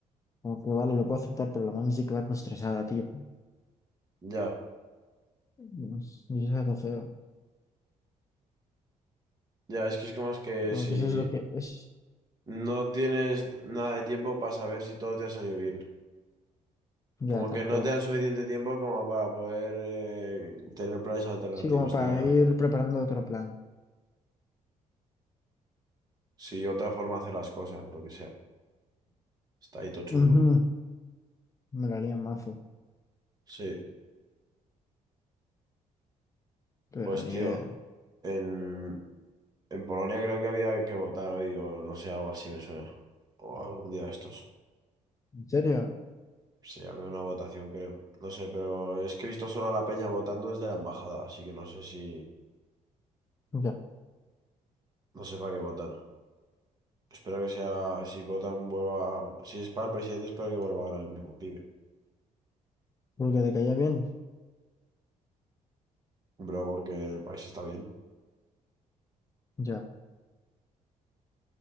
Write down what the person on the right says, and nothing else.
Ya,
ya, es que es como es que
si...
No tienes nada de tiempo para saber si todo te ha salido bien.
Como
que no
te dan suficiente tiempo como para poder eh, tener planes alternativos
ni nada.
Si otra forma de hacer las cosas, lo que sea. Está ahí todo chungo.
Sí,
pues
tío,
en, en Polonia creo que había que votar hoy o no sé, algo así me suena. O algún día de estos.
Sí, había una votación, creo. No sé, pero es que he visto solo a la peña votando desde la embajada, así que no sé si...
No sé para qué votar. Espero que sea, si votan vuelva a- Si es para el presidente, espero que vuelva a ganar el mismo pibe.
Bro, porque el país está bien.